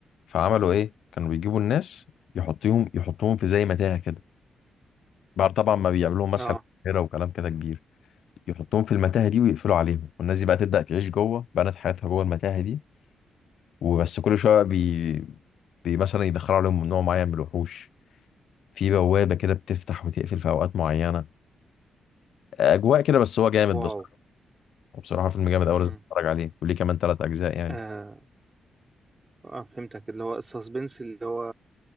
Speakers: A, on the left; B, on the right.
A: فعملوا ايه كانوا بيجيبوا الناس يحطوهم يحطوهم في زي متاهة كده بعد طبعا ما بيعملوا لهم مسح
B: اه
A: بحيرة وكلام كده كبير يحطوهم في المتاهة دي ويقفلوا عليهم والناس دي بقى تبدأ تعيش جوه بنت حياتها جوه المتاهة دي وبس كل شوية بقى بي... بي مثلا يدخلوا عليهم نوع معين من الوحوش في بوابة كده بتفتح وتقفل في أوقات معينة أجواء كده بس هو جامد
B: واو
A: بس وبصراحه فيلم جامد
B: مم.
A: قوي لازم تتفرج عليه وليه كمان ثلاث اجزاء يعني
B: آه اه فهمتك اللي هو السسبنس اللي هو